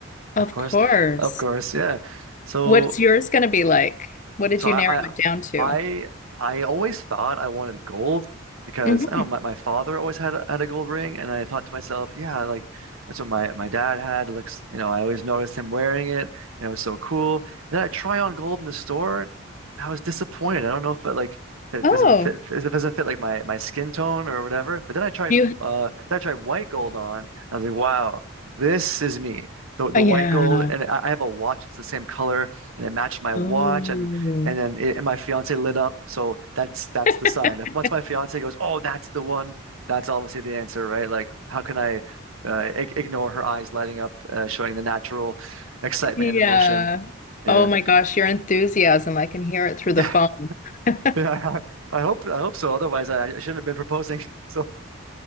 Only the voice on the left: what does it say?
Of
course.
What's yours going to be like? What did
you
narrow it down to?
hmm
Oh,
you,
oh, yeah.
Oh.
<laughs>
Yeah.
Oh my gosh, your enthusiasm. I can hear it through the
phone.
<laughs>